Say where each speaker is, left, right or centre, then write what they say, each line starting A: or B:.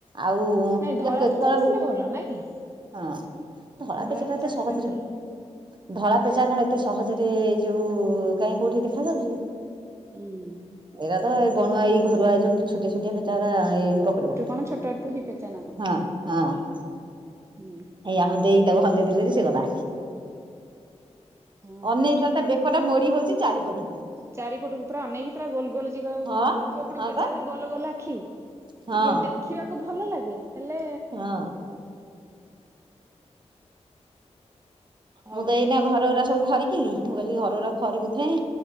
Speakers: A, on the right; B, on the right.
A: ଆଉ
B: ନାଇଁ
A: ସେ
B: ଧଳା
A: କେତେବେଳେ
B: ପେଚା ବସିଲେ ଭଲ ନାଇଁ କି
A: ହଁ ଧରା
B: ଧଳା
A: ପେଚା ଟା ଏତେ
B: ଆସିଲେ
A: ସହଜରେ
B: ଭଲ।
A: ଧଳା ପେଚା କଣ ଏତେ ସହଜରେ ଯୋଉ କାହିଁ କୋଉଠି ଦେଖା ଯାଉଛି।
B: ହୁଁ।
A: ଏଇଟ ତ ଏଇ ବଣୁଆ ଏଇ ଘରୁଆ ଯୋଉ ଛୋଟିଆ ଛୋଟିଆ ପେଚା ଗୁଡ଼ା ଏଇ ପକଡ଼ି ପକଡ଼ି
B: ଟୁ କଣ ଛୋଟ ଟୁହି ପେଚା ନା କଣ?
A: ହଁ ହଁ।
B: ହୁଁ।
A: ଏଇ ଆମ ଦେଇ ତାକୁ ଭଲ ଦେଲେ ବି ସେ ଗଲା
B: ହଁ ହଁ।
A: ଅନେଇଥା ତା ବେକ୍ ପଟା ମୋଡି ହଉଛି ଚାରିପଟକୁ।
B: ଚାରିପଟକୁ ପୁରା ଅନେଇକି ପୁରା ଗୋଲ ଗୋଲ ଯ
A: ହଁ
B: ଗୁଲୁ ଆପଣ
A: ହଁ
B: ପେଚାର
A: ବା
B: ଗୋଲ ଗୋଲ ଆଖି।
A: ହଁ।
B: ଟିକେ ଦେଖିବାକୁ ଭଲ ଲାଗେ ହେଲେ
A: ହଁ
B: ହଉ
A: ମୁଁ ତ ଏଇନା ଘର ଗୁଡା ସବୁ ଖରିିକି ମୁଁ କହିଲି ଘର ଗୁଡା ଖରିକୁଥାଏଁ।